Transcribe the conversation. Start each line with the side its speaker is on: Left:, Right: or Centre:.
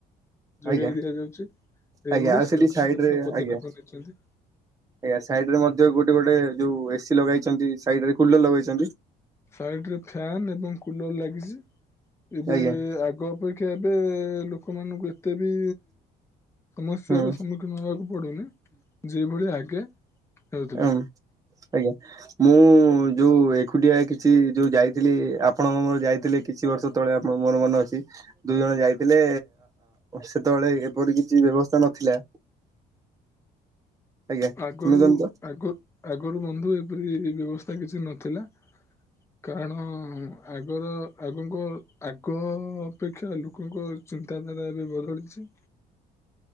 Left: ଯୋଗାଇ
Right: ଆଜ୍ଞା
Left: ଦିଆଯାଉଛି ଏଇଭଳି
Right: ଆଜ୍ଞା ଆଉ
Left: ସରକାର
Right: ସେଠି ସାଇଡ
Left: କେତେକ
Right: ରେ
Left: ପଦକ୍ଷେପ
Right: ଆଜ୍ଞା।
Left: ନେଇଛନ୍ତି।
Right: ଆଜ୍ଞା ସାଇଡ ରେ ମଧ୍ୟ ଗୋଟେ ଗୋଟେ ଯୋଉ ଏସି ଲଗେଇଛନ୍ତି ସାଇଡ ରେ କୁଲର ଲଗେଇଛନ୍ତି।
Left: ସାଇଡ ରେ ଫ୍ୟାନ୍ ଏବଂ କୁଲର ଲାଗିଛି ଏବେ
Right: ଆଜ୍ଞା।
Left: ଆଗ ଅପେକ୍ଷା। ଶଖ ଏବେ ଲୋକମାନଙ୍କୁ ଏତେ ବି ସମସ୍ୟାର
Right: ହୁଁ
Left: ସମ୍ମୁଖୀନ ହେବାକୁ ପଡ଼ୁନି ଯେଭଳି ଆଗେ ହେଉଥିଲା
Right: ହଁ ଆଜ୍ଞା। ମୁଁ ଯୋଉ ଏକୁଟିଆ କିଛି ଯୋଉ ଯାଇଥିଲି ଆପଣ ମର ଯାଇଥିଲେ କିଛି ବର୍ଷ ଯେତେବେଳେ ଆ ମୋର ମନେ ଅଛି। ଦୁଇ ଜଣ ଯାଇଥିଲେ ସେତେବେଳେ ଏପରି କିଛି ବ୍ୟବସ୍ଥା ନଥିଲା। ଆଜ୍ଞା
Left: ଆଗରୁ
Right: ଶୁଣୁଛନ୍ତି ତ
Left: ଆଗ ଆଗରୁ ବନ୍ଧୁ ଏପରି ବ୍ୟବସ୍ଥା କିଛି ନଥିଲା। କାରଣ ଆଗର ଆଗଙ୍କ ଆଗ ଅପେକ୍ଷା ଲୋକଙ୍କ ଚିତାଧାରା ଏବେ ବଦଳିଛି।